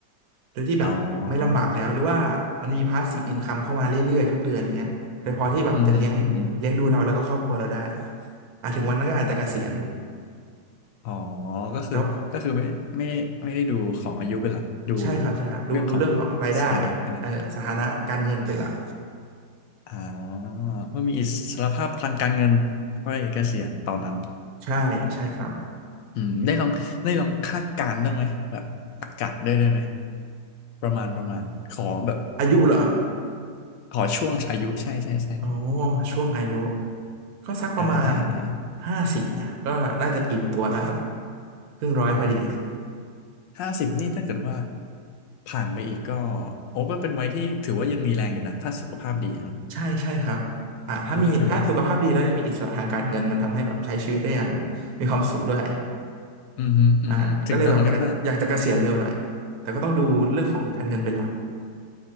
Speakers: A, on the right; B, on the left.
A: โดยที่แบบไม่ลำบากแล้วหรือว่ามันมีพาสซีฟอินคัมเข้ามาเรื่อยๆทุกเดือนอย่างเงี้ยโดยพอที่แบบจะเลี้ยงเลี้ยงดูเราแล้วก็ครอบครัวเราได้
B: อ๋ออืมอืมอืมฮึ
A: อ่ะถึงวันนั้นก็อาจจะเกษียณ
B: อ๋อก็คือก็คือไม่ไม่ได้ไม่ได้ดูของอายุเป็นหลักดู
A: แต่ว่าใช่ครับใช่ครับดูดูเรื่องของรายได้
B: เรื่องของฐานะเป็นหลัก
A: เออสถานะการเงินเป็นหลัก
B: อ๋อเพื่อมีอิสรภาพทางการเงินก็ได้เกษียณตอนนั้น
A: ใช่ใช่ครับ
B: อืมได้ลองได้ลองคาดการณ์บ้างไหมแบบอากาศด้วยได้ไหมประมาณประมาณขอแบบ
A: อายุเหรอ
B: ขอช่วงอายุใช่ใช่ใช่
A: โอ้ช่วงอายุก็สักประมาณ
B: อ่าอ่าอ่า
A: ห้าสิบเนี่ยก็น่าจะอิ่มตัวแล้วครับครึ่งร้อยพอดี
B: อ่าห้าสิบนี่ถ้าเกิดว่าผ่านไปอีกก็โอ้ก็เป็นวัยที่ถือว่ายังมีแรงอยู่นะถ้าสุขภาพดีอะเนาะ
A: ใช่ใช่ครับอ่าถ้ามีถ้าสุขภาพดีแล้วยังมีอิสระทางการเงินมันทำให้แบบใช้ชีวิตได้อย่างมีความสุขด้วย
B: เออก็ถือว่าอืมฮึอืมฮึถึงตอนนั้นก็น่าได้
A: อ่าก็เลยแบบอยากจะอยากจะเกษียณเร็วหน่อยแต่ก็ต้องดูเรื่องของการเงินเป็นหลัก